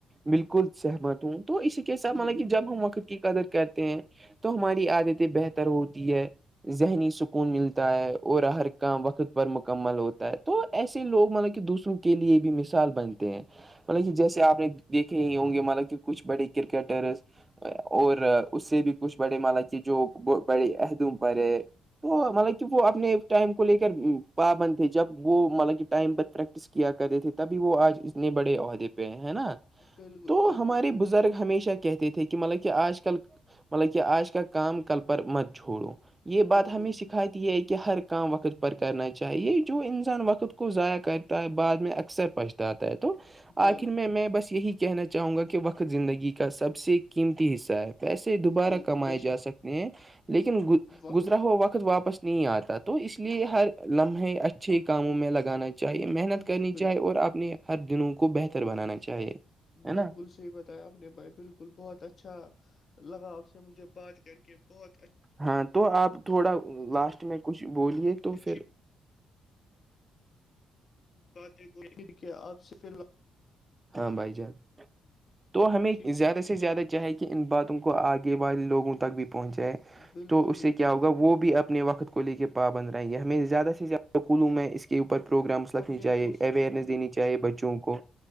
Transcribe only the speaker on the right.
بالکل سہمت ہوں تو اسے کیس مطلب
کہ جب ہم وقت کی قدر کہتے ہیں تو ہماری عادتیں بہتر ہوتی ہے ذہنی سکون ملتا ہے اور ہر کام وقت پر مکمل ہوتا ہے تو ایسے لوگ مطلب کہ دوسروں کے لیے بھی مثال بنتے ہیں مطلب کہ جیسے آپ نے دیکھے ہی ہوں گے مطلب کہ کچھ بڑے کرکٹرس اور اس سے بھی کچھ بڑے مال کیے جو بڑے عدوم پر ہے تو مطلب کہ وہ اپنے ٹائم کو لے کر پا بندتےے جب وہ مطلب کہ ٹائم پر پریکٹس کیا کرتے تھے تبھی وہ آج اتنے بڑے عہدے پہ ہے نا
تو
ہمارے
بزرگ ہمیشہ کیا کہتے تھے کہ مطلب کہ آج کل مطلب کہ آج کا کام کل پر مت چھوڑو یہ بات
ہمیں سکھاتتی
یہ ہے کہ ہر کام وقت پر کرنا چاہیے جو انسان وقت کو ضائع کرتا ہے بعد میں اکثر پچتااتتا ہے تو
آخر میں میں بس یہی کہنا چاہوں گا کہ وقت زندگی کا سب سے قیمتی حصہ ہے پیسے دوبارہ
کمائے
جا
سکتے ہیں لیکن
گزرا ہو وقت واپس نہیں آتا تو اس لیے ہر لمحے اچھے کاموں میں لگانا چاہیے محنت
کرنی
چاہے اور اپنے ہر دنوں کو بہتر بنانا چاہیے ہے نا
ہاں تو آپ تھوڑا لاسٹ میں کچھ بولیے تو
پھر
ہاں بھائی جان تو ہمیں
زیادہ
سے زیادہ ہے کہ ان باتوں کو آگے والے لوگوں تک بھی پہنچ جائے
تو اس
سے کیا ہوگا وہ بھی اب اپنے وقت کو لے کے پاابند رہائیا ہمیں زیادہ سے زیادہکولوں میں اس کے اوپر پروگرامس رکھنی
چاہیے
اوئرنیس
دینی چاہیے بچوں کو